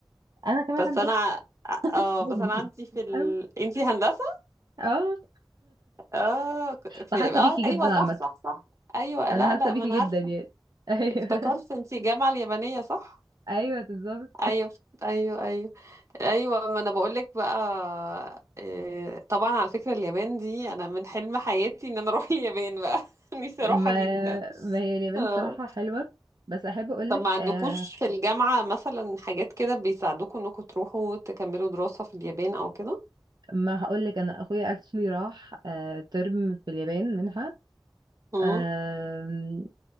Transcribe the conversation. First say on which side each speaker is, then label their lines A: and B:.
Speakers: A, on the right; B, on the right.
A: أنا كمان
B: بس
A: هندسة
B: انا اه
A: <laughs>
B: بس انا عندي في ال...
A: أيوة.
B: انتي هندسه
A: اه
B: اه ك- في
A: فحاسة
B: اه
A: بيكي
B: ايوه
A: جدا
B: صح
A: عامة
B: صح صح ايوه
A: أنا
B: لا
A: حاسة
B: لا
A: بيكي
B: ما انا عارفه
A: جدا يعني <laughs> أيوه
B: افتكرت انتي الجامعه اليابانيه صح
A: أيوه بالظبط
B: ايوه ايوه ايوه ايوه ما انا بقول لك بقى إيه، طبعا على فكره اليابان دي انا من حلم حياتي ان انا <laughs> اروح اليابان بقى <laughs> نفسي
A: ما
B: اروحها جدا
A: ما هي اليابان
B: آه.
A: صراحة حلوة بس أحب أقولك
B: طب ما عندكوش
A: آه،
B: في الجامعه مثلا حاجات كده بيساعدوكوا انكم تروحوا تكملوا دراسه في اليابان او كده
A: ما هقولك انا اخويا اكشلي راح آه، ترم في اليابان منها
B: امم
A: آم،